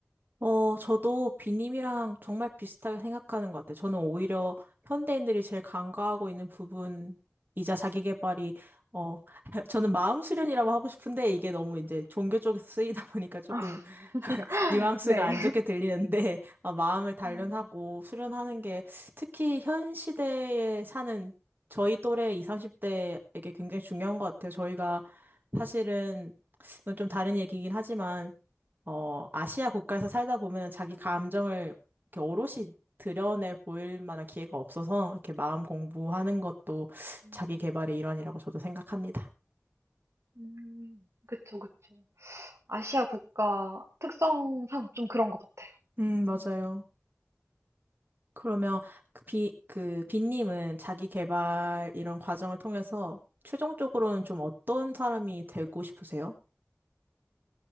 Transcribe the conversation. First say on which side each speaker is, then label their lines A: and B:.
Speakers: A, on the right; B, on the right.
A: 어, 저도 비님이랑 정말 비슷하게 생각하는 것 같아요. 저는 오히려 현대인들이 제일 간과하고 있는 부분이자 자기개발이 어, <laughs> 저는 마음 수련이라고 하고 싶은데 이게 너무 이제 종교 쪽에서 쓰이다 보니까 조금
B: <laughs>
A: <laughs> 뉘앙스가
B: 네.
A: 안 좋게 들리는데, <laughs> 어, 마음을 단련하고
B: 음,
A: 수련하는 게 특히 현 시대에 사는 저희 또래 20, 30대에게 굉장히 중요한 것 같아요. 저희가 사실은 이건 좀 다른 얘기긴 하지만 어, 아시아 국가에서 살다 보면 자기 감정을 이렇게 오롯이 드러내 보일 만한 기회가 없어서 이렇게 마음 공부하는 것도
B: 음.
A: 자기 개발의 일환이라고 저도 생각합니다.
B: 음, 그쵸, 그쵸. 아시아 국가 특성상 좀 그런 것 같아요.
A: 음,
B: 음,
A: 맞아요. 그러면 그 비, 그 비님은 자기 개발 이런 과정을 통해서 최종적으로는 좀 어떤 사람이 되고 싶으세요?